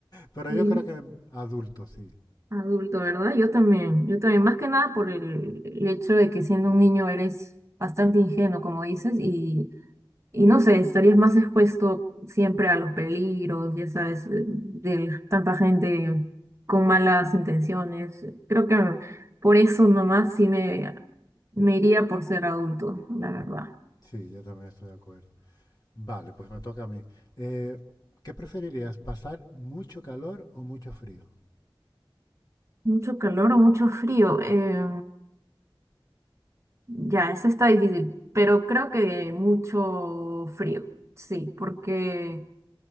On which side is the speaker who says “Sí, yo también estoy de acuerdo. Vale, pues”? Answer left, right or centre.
Left